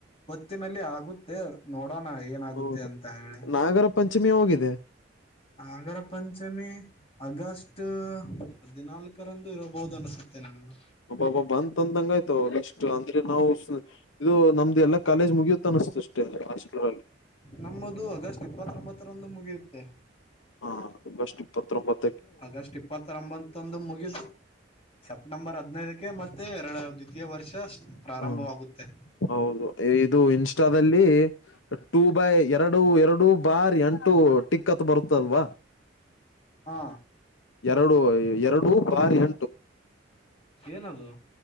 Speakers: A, on the left; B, on the left.
A: ಹೊತ್ತಿನಲ್ಲಿ ಆಗುತ್ ತ್ತೆ ನೋಡೋಣ ಏನಾಗುತ್ತೆ
B: ಹೌದು
A: ಅಂತ ಹೇಳಿ.
B: ನಾಗರ ಪಂಚಮಿ ಹೋಗಿದೆ.
A: ನಾಗರ ಪಂಚಮಿ. ಆಗಸ್ಟ ಹದಿನಾಲ್ಕರಂದು ಇರಬಹುದು ಅನಸುತ್ತೆ ನನಗೂ.
B: ಒಬ್ಬ ಒಬ್ಬ ಬಂತಂದಂಗಾಯ್ತು ಇಷ್ಟು ಅಂದ್ರೆ ನಾವು ಸ ಇದು ನಮ್ದ ಎಲ್ಲಾ ಕಾಲೇಜ್ ಮುಗಿಯುತ್ತ ಅನಿಸ್ತು. ಅಷ್ಟೇ ಅಷ್ಟರಲ್ಲಿ
A: ನಮ್ಮದು ಅಗಸ್ಟ ಇಪ್ಪತ್ತೊಂಬತ್ತರಂದು ಮುಗಿಯುತ್ತೆ.
B: ಹಾ ಆಗಸ್ಟ ಇಪ್ಪತ್ರೋಂಬತ್ತ.
A: ಅಗಸ್ಟ ಇಪ್ಪತ್ರೋಂಬತ್ತಂದು ಮುಗಿತ್. ಸಪ್ಟಂಬರ್ ಹದಿನೈದಕ್ಕೆ ಮತ್ತೆ ಎರಡ ದ್ವಿತೀಯ ವರ್ಷ ಪ್ರಾರಂಭವಾಗುತ್ತೆ.
B: ಹ ಹೌದು ಇದು ಇನ್ಸ್ಟಾದಲ್ಲಿ. ಟೂ ಬೈ ಎರಡು ಎರಡು ಬಾರ್ ಎಂಟು ಟಿಕ್ ಅಂತ ಬರುತ್ತಲ್ವಾ.
A: ಹಾ
B: ಎರಡು ಎರಡು ಬಾರ್ ಎಂಟು.
A: ಏನದು.